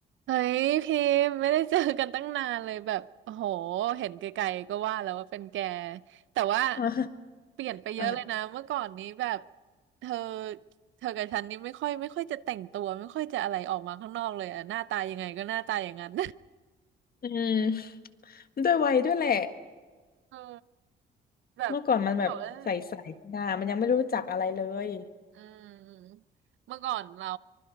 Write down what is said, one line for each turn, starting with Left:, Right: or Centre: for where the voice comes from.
Right: เฮ้ยพิมพ์ไม่ได้เจอกันตั้งนานเลยแบบโอ้โหเห็นไกลๆก็ว่าแล้วว่าเป็นแกแต่ว่า
Left: อ่า
Right: เปลี่ยนไปเยอะเลยนะเมื่อก่อนนี้แบบ
Left: อ่า
Right: เธอเธอกับฉันนี่ไม่ค่อยไม่ค่อยจะแต่งตัวไม่ค่อยจะอะไรออกมาข้างนอกเลยอะหน้าตายังไงก็หน้าตาอย่างนั้น
Left: อืมด้วยวัยด้วยแหละ
Right: <laughs> เออแบบบอกว่า
Left: เมื่อก่อนมันแบบใสๆกันะมันยังไม่รู้จักอะไรเลย
Right: อืมเมื่อก่อนเรา